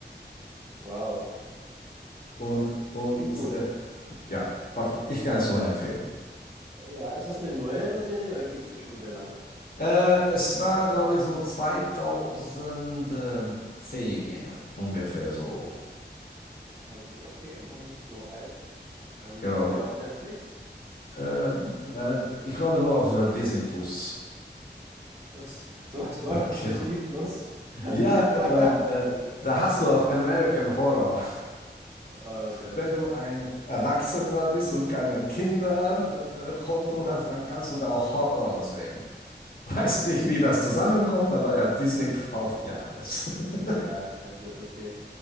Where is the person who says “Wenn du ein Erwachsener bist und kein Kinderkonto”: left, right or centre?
Left